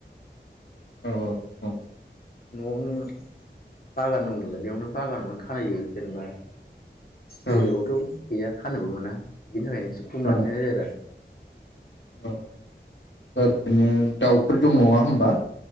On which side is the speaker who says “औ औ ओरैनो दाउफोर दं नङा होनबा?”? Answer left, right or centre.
Left